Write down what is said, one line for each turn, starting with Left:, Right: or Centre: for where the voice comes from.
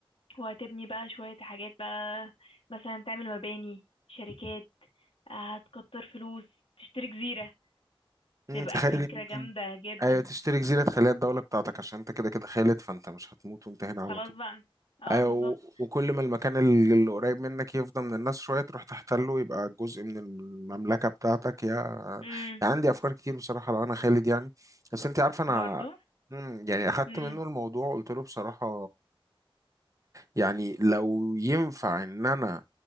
Left: وهتبني بقى شوية حاجات بقى مثلا تعمل مباني شركات آه، هتكتر فلوس تشتري جزيرة
Right: امم
Left: تبقى
Right: تخيلي
Left: فكرة
Right: ممكن
Left: جامدة جدا
Right: ايوه تشتري جزيره خليها الدوله بتاعتك عشان انت كده كده خالد فانت مش هتموت وانت هنا
Left: خلاص
Right: على طول
Left: بقى اه
Right: ايوه
Left: بالظبط
Right: و- وكل ما المكان اللي اللي قريب منك يفضى من الناس شويه تروح تحتله يبقى جزء من المملكه بتاعتك يا
Left: امم
Right: يعني عندي افكار كتير بصراحه لو انا خالد يعني بس انت عارفه انا
Left: برضو
Right: مم، يعني اخدت
Left: امم
Right: منه الموضوع قلت له بصراحه يعني لو ينفع ان انا